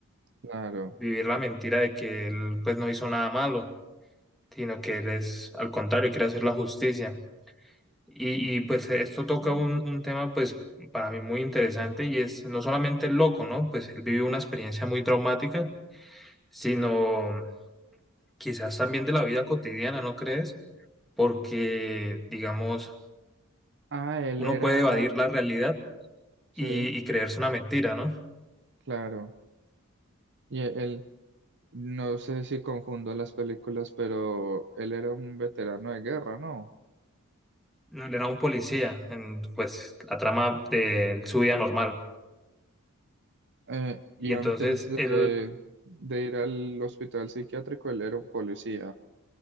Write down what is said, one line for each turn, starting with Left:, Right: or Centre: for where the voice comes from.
Right: claro.
Centre: Vivir la mentira de que él pues no hizo nada malo, sino que él es al contrario, quiere hacer la justicia. Y, y, pues
Right: Mm.
Centre: esto toca un, un tema pues para mí muy interesante y es no solamente el loco, ¿no? Pues él vivió una experiencia muy traumática, sino quizás también de la vida cotidiana, ¿no crees? Porque, digamos,
Right: Ah, él
Centre: uno
Right: era,
Centre: puede evadir la realidad
Right: sí,
Centre: y, y creerse una mentira, ¿no?
Right: claro. Y él, No sé si confundo las películas, pero él era un veterano de guerra, ¿no?
Centre: Era un policía en, pues, la trama de su vida normal.
Right: Eh, y
Centre: Y
Right: antes
Centre: entonces
Right: de,
Centre: él,
Right: de ir al hospital psiquiátrico, él era un policía.